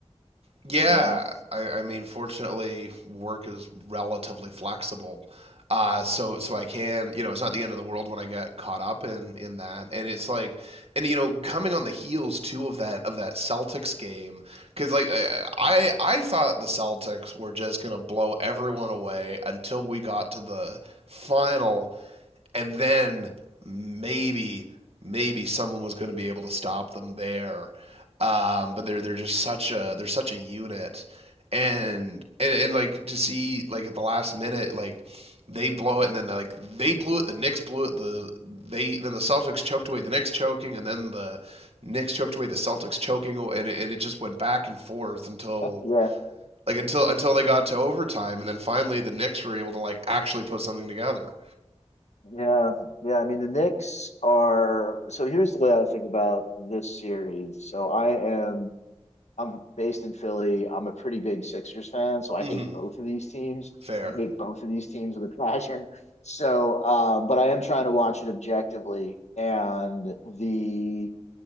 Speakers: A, on the right (about 60°); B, on the left (about 85°).
A: Yeah,
B: You know?
A: I, I mean, fortunately, work is relatively flexible. Uh, so so I can, you know, it's not the end of the world when I get caught up in in that. And it's like, and you know, coming on the heels too of that of that Celtics game, because like I, I I thought the Celtics were just gonna blow everyone away until we got to the final, and then maybe maybe someone was going to be able to stop them there. Um, but they're they're just such a they're such a unit, and and and like to see like at the last minute like they blow it and then like they blew it the Knicks blew it the they then the Celtics choked away the Knicks choking and then the Knicks choked away the Celtics choking and it, and it just went back and forth until
B: Yeah,
A: like until until they got to overtime and then finally the Knicks were able to like actually put something together.
B: yeah, yeah. I mean, the Knicks are. So here's the way I think about this series. So I am. I'm based in Philly. I'm a pretty big Sixers fan, so I
A: Mm-hmm.
B: hate both of these teams.
A: Fair.
B: I hate both of these teams with a passion. So, um, but I am trying to watch it objectively, and the